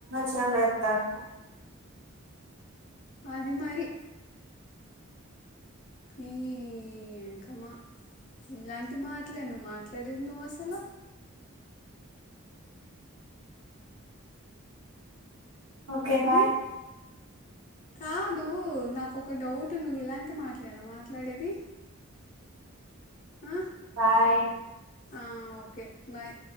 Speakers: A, on the right; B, on the left.
A: చాలెత్తంది
B: అది మరి నే ఇంక మా ఇలాంటి మాటలేనా మాట్లాడేది నువ్వు అసలు
A: ఓకే బాయ్.
B: ఉమ్? కాదు. నాకు ఒక డౌట్ నువ్వు ఇలాంటి మాట్లేనా మాట్లాడేది. ఆహ్.
A: బాయ్.
B: ఆహ్ ఓకే బాయ్.